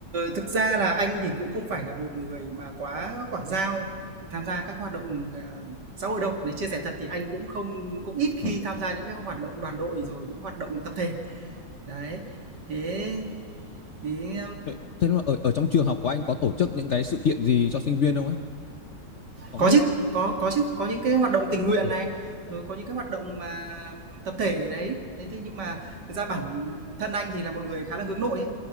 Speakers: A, on the right; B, on the left.
A: thực ra là anh thì cũng không phải là một người mà quá quảng giao, tham gia các hoạt động, ờ, xã hội đâu. Nếu chia sẻ thật thì anh cũng không cũng ít khi
B: Vâng.
A: tham gia những cái hoạt động đoàn đội, rồi những hoạt động tập thể. Đấy, thế thế,
B: Thế thế mà ở ở trong trường học của anh có tổ chức những cái sự kiện gì cho sinh viên không ấy? Có
A: Có
B: chứ.
A: chứ, có có chứ, có những cái hoạt động tình nguyện
B: Ừ.
A: này, rồi có những cái hoạt động mà tập thể đấy. Thế thế nhưng mà thực ra bản thân anh thì là một người khá là hướng nội ấy,